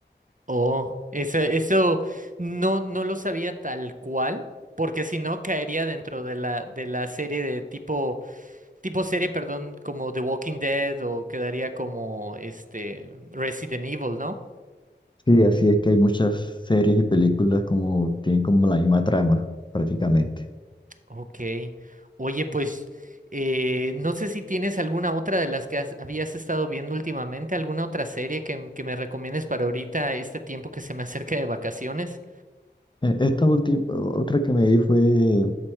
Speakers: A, on the right; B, on the left.
A: Oh, eso, eso no, no lo sabía tal cual, porque si no caería dentro de la, de la serie de tipo, tipo serie, perdón, como The Walking Dead o quedaría como este Resident Evil, ¿no?
B: Sí, así es que hay muchas series y películas como tienen como la misma trama, prácticamente.
A: Ok. Oye, pues eh, no sé si tienes alguna otra de las que has- habías estado viendo últimamente, alguna otra serie que, que me recomiendes para ahorita, este tiempo que se me acerca de vacaciones.
B: Eh, Esta última, otra que me vi fue